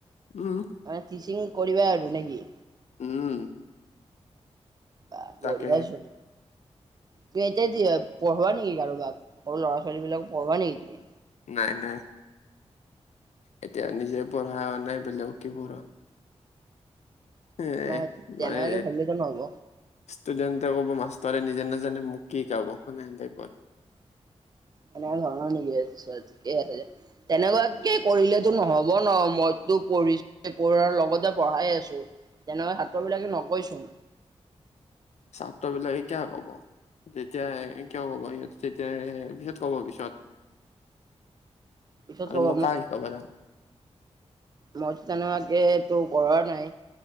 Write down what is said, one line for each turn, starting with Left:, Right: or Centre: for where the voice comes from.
Left: উম
Right: মানে টিচিং কৰিবা আৰু নেকি
Left: উম
Right: আহ বঢ়িয়াই
Left: তাকেই
Right: ছুন তুমি এতিয়া পঢ়োৱা নেকি কাৰোবাক ল'ৰা ছোৱালী বিলাক পঢ়োৱা নেকি তুমি
Left: নাই নাই এতিয়া নিজে পঢ়া অ নাই বোলেগক কি পঢ়াম। উ
Right: নাই তেনেকুৱাকে
Left: মই
Right: ভাবিলেতো নহ'ব
Left: ষ্টুডেণ্টে ক'ব মাষ্টৰে নিজে নাজানে মোক কি শিকাব নেহেতেবৰ <unintelligible>
Right: অ হয় নেকি ঠিকে আছে <unintelligible> তেনেকুৱাকে কৰিলেতো নহব ন মইতো পঢ়িছো পঢ়াৰ লগতে পঢ়াই আছো। তেনেকুৱা সাত্ৰ বিলাকে নকয়চোন।
Left: ছাত্ৰ বিলাকে কিয় কব? যেতিয়া কিয় ক'ব সিহঁত তেতিয়া পিহত কব পিছত <unintelligible>
Right: পিছত
Left: আৰু
Right: ক'ব
Left: মই কাহ কি কব যাম।
Right: মই তেনেকুৱাকে তোৰ কৰা নাই।